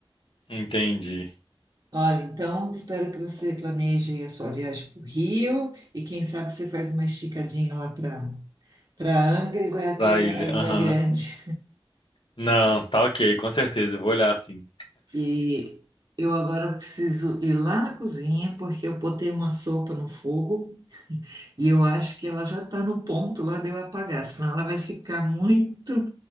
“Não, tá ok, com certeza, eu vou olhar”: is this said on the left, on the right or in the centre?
Left